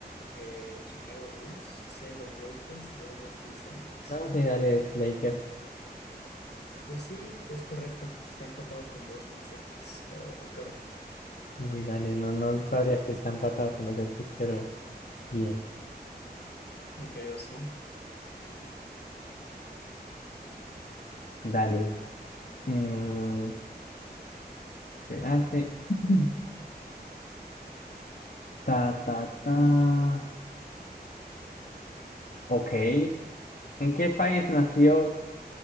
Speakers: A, on the left; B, on the left.
A: eh, Chicago Bulls, C, los Lakers, D, Boston Celtics.
B: No, sí, dale, los Lakers.
A: Pues sí, es correcto. Está empatado con Boston Celtics, pero es correcto.
B: Muy dale, no, no
A: Es
B: sabría
A: correcto.
B: que están empatado con los Celtics, pero bien.
A: Ok, vas tú.
B: Dale. Mm, espérate. <laughs> Ta, ta,
A: Mm.
B: ta. Ok. ¿En qué país nació?